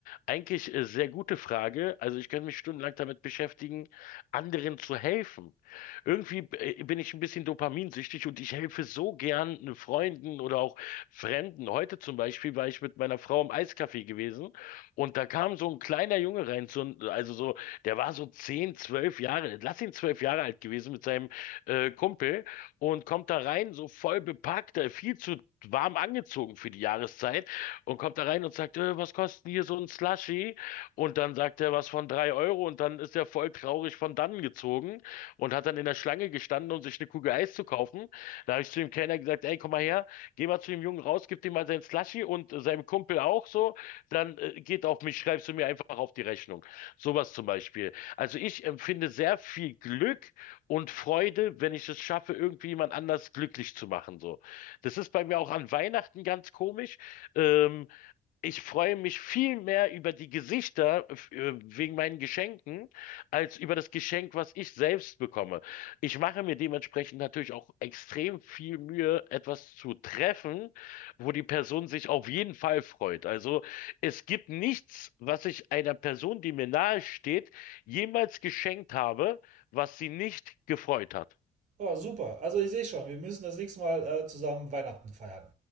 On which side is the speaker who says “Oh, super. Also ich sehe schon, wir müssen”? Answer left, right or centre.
Right